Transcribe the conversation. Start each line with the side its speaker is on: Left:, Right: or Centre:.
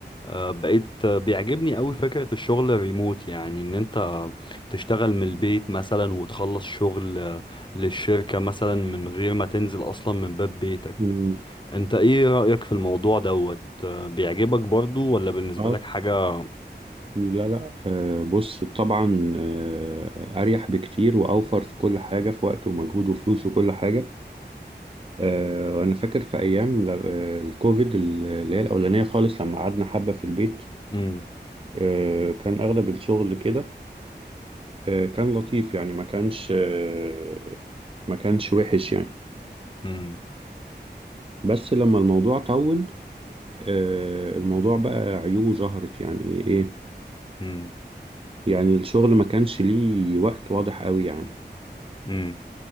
Left: آه، بقيت آه، بيعجبني قوي فكرة الشغل الريموت يعني ان انت تشتغل من البيت مثلا وتخلص شغل آه، للشركة مثلا من غير ما تنزل اصلا من باب بيتك
Right: مم.
Left: انت ايه رأيك في الموضوع دوت آه، بيعجبك برضو ولا بالنسبة
Right: آه،
Left: لك حاجة
Right: لا لا آه، بص طبعا آه، أريح بكتير وأوفر في كل حاجة في وقت ومجهود وفلوس وكل حاجة آه، وأنا فاكر في أيام ل- آه، الكوفيد اللي هي الأولانية خالص لما قعدنا حبة في البيت
Left: مم.
Right: آه، كان أغلب الشغل كده آه، كان لطيف يعني ما كانش آه، ما كانش وحش يعني
Left: مم.
Right: بس لما الموضوع طول آه، الموضوع بقى عيوبه ظهرت يعني إيه
Left: مم.
Right: يعني الشغل ما كانش ليه وقت واضح قوي يعني
Left: مم.